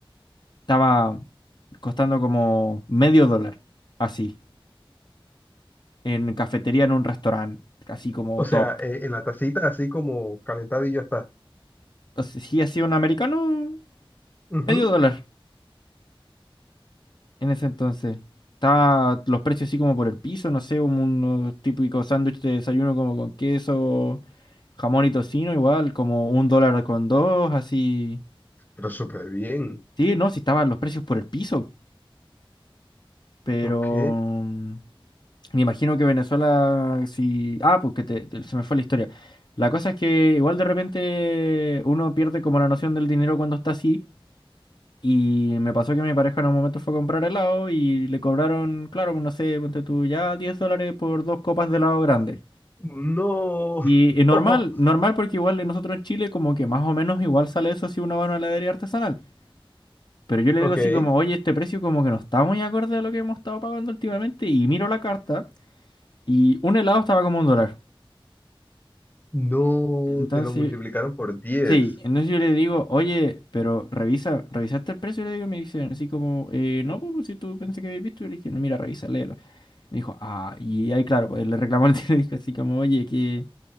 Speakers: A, on the left (about 50°); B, on the left (about 20°).
A: estaba costando como medio dólar, así. en cafetería en un restaurante, así como
B: O sea,
A: top.
B: eh, en la tacita así como calentado y ya está.
A: Entonces, sí, hacía un americano
B: Ujú,
A: medio dólar en ese entonces. Estaba los precios así como por el piso, no sé, un- unos típicos sándwiches de desayuno como con queso, jamón y tocino, igual, como un dólar con dos, así.
B: Pero súper bien.
A: Sí, no, sí estaban los precios por el piso, pero
B: Ok.
A: mm, me imagino que Venezuela, sí... Ah, porque te- te- se me fue la historia. La cosa es que igual de repente uno pierde como la noción del dinero cuando está así. Y me pasó que mi pareja en un momento fue a comprar helado y le cobraron, claro, pues, no sé, ponte tú ya 10 dólares por dos copas de helado grande.
B: No.
A: Y, y normal,
B: <laughs>
A: normal porque igual nosotros en Chile como que más o menos igual sale eso si uno va a una heladería artesanal. Pero yo le
B: Ok.
A: digo así como, oye, este precio como que no está muy acorde a lo que hemos estado pagando últimamente. Y miro la carta y un helado estaba como un dólar.
B: No,
A: Entonces,
B: te lo multiplicaron por diez
A: sí, entonces yo le digo, oye, pero revisa, ¿revisaste el precio? Y le digo, me dice así como, eh, no, pues si tú pensé que habías visto. Y le dije, no, mira, revisa, Me dijo, ah, y ahí claro, pues le reclamó <laughs> al tío, así como, oye, ¿qué,